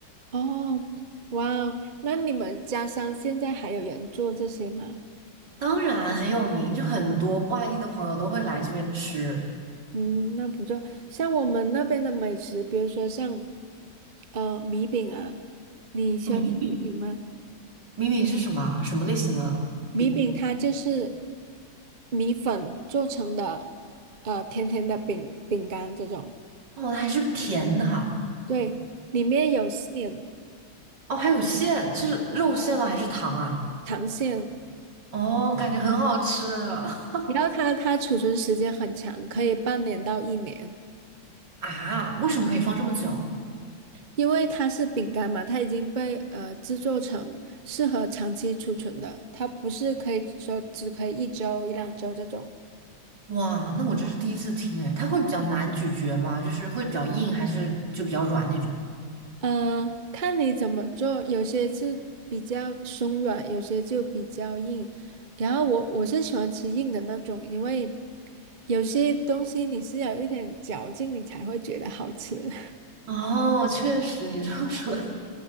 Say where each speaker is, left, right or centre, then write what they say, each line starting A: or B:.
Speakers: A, on the right; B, on the right.
A: 哦，哇哦，那你们家乡现在还有人做这些吗？
B: 当然很有名，就很多外地的朋友都会来这边吃。
A: 嗯，那不做。像我们那边的美食，比如说像呃米饼啊，你喜欢吃米饼吗？
B: 米米饼是什么啊什么类型的饼？
A: 米饼它就是米粉做成的，呃，甜甜的饼饼干这种。
B: 哦，它还是甜的啊。
A: 对，里面有馅，
B: 哦，还有馅，是肉馅吗？还是糖啊？
A: 糖馅，
B: 哦，感觉很好吃 <laughs>
A: 然后它它储存时间很长，可以半年到一年，
B: 啊！为什么可以放这么久？
A: 因为它是饼干嘛，它已经被呃制作成适合长期储存的，它不是可以说只可以一周一两周这种。
B: 哇，那我这是第一次听哎，它会比较难咀嚼吗？就是会比较硬，还是就比较软那种？
A: 嗯，看你怎么做，有些就比较松软，有些就比较硬。然后我我是喜欢吃硬的那种，因为有些东西你是要有一点嚼劲，你才会觉得好吃。<laughs>
B: 哦，确实，你这么说的